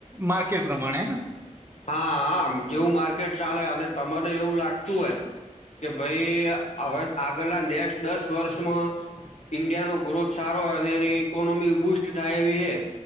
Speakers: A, on the right; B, on the left.
A: માર્કેટ. પ્રમાણે ને
B: હા આમ જેવું માર્કેટ ચાલે, અને તમને એવું લાગતું હોય કે ભાઈ હવે આગલા નેક્સ્ટ દસ વર્ષમાં ઈન્ડિયાનો ગ્રોથ સારો, અને એની ઇકોનોમી બુસ્ટ થાય એવી હે.